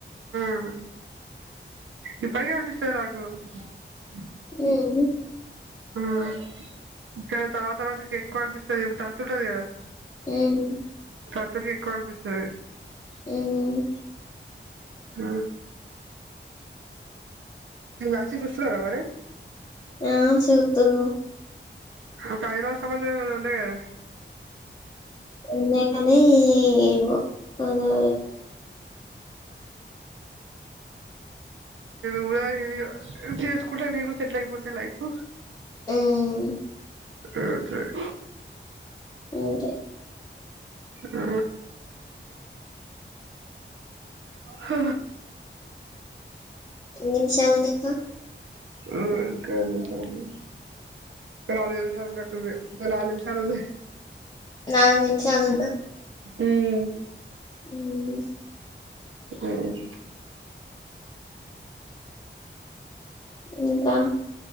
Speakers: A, on the right; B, on the left.
A: ఆ ఇప్పటికిఅనిపిస్తది నాకు <unintelligible>
B: ఒకే
A: ఆ తర్వాత తర్వాతకి ఇంకా ఎక్కువ సరే ఇప్పుడు తంతుఉంటది కదా
B: ఉమ్
A: తంతుంటే ఎక్కువ అనిపిస్తది <unintelligible>
B: హ్మ్
A: అ నీకు మ్యాచెస్ చూస్తున్నారా మరి
B: ఆ చూస్తున్నాం
A: ఒక హైదరాబాద్ సంబంధం ఏదో ఉండేగదా
B: ఉనిల్ నీ మ్ హలో
A: ఉమ్ చేసుకుంటే నీకు కూడా సీట్లే అయిపోతది లైఫ్
B: హ్మ్
A: రోడ్ సైడ్
B: అంతే
A: ఆ హ
B: నిమిషానికా
A: ఓ గంటా అయ్యి నలుగు నిమిషాలు ఉనాటు ఉనయ్ ఇంకా నిమిషాలు ఉనయ్
B: నాలుగు నిమిషాలు ఉందా
A: ఉమ్
B: హ్మ్
A: <inaudible> ఉమ్
B: ఇంకా